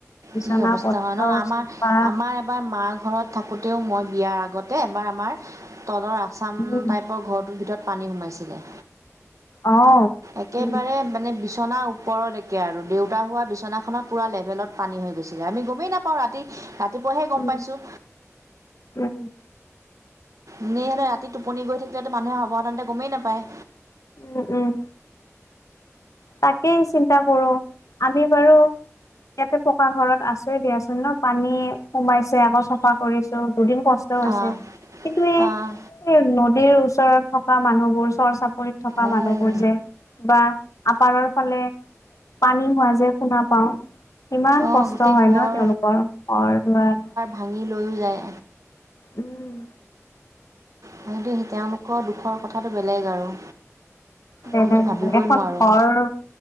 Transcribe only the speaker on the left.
বিচনা
পত্ৰ
চোফা
উম
অ।
উম
উম
উম।
উম উম। তাকেই চিন্তা কৰোঁ আমি বাৰু। ইয়াতে পকা ঘৰত আচো দিয়াচোন ন পানী সোমাইছে আকৌ চাফা কৰিছো দুদিন কষ। ট হৈছে
কিন্তু এই
নদীৰ ওচৰত থকা মানুহবোৰ চৰ চাপৰি। থকা
মানুহবোৰ যে বা আপাৰৰ ফালে পানী হোৱা যে। শুনা পাও কিমান
কষ্ট
হয়
ন তেওঁলোকৰ ঘৰ দুৱাৰ।
উম।
বেলেগ
<inaudible> এখন
ঘৰ।